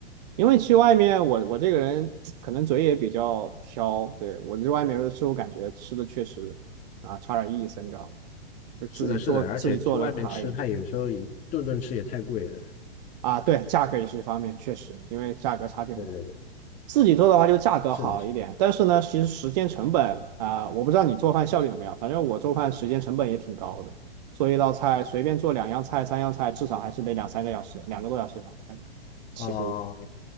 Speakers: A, on the right; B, on the left.
A: 因为去外面，我我这个人可能嘴也比较挑，对，我在外面有的时候感觉吃的确实啊差点意思，你知道吗？就自己做自己做的好一点
B: 是的，是的，而且去外面吃，它有时候也顿顿吃也太贵了。
A: 啊，对，价格也是一方面，确实，因为价格差距很大。
B: 对对对，
A: 自己做的话就价格好一点，
B: 是的，是的。
A: 但是呢，其实时间成本啊，我不知道你做饭效率怎么样，反正我做饭时间成本也挺高的，做一道菜随便做两样菜、三样菜，至少还是得两三个小时，两个多小时吧，看起步
B: 哦、